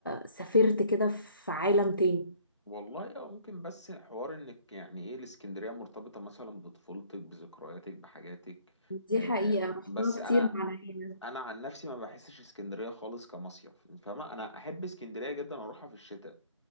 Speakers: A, on the left; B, on the left.
A: سافرت كده في عالم تاني
B: والله اه ممكن بس حوار انك يعني ايه الاسكندريه مرتبطه مثلا بطفولتك بذكرياتك بحاجاتك
A: دي
B: آه
A: حقيقة رحتها
B: بس
A: كتير
B: انا
A: مع العيلة
B: انا عن نفسي ما بحسش اسكندريه خالص كمصيف فاهمه انا احب اسكندريه جدا اروحها في الشتاء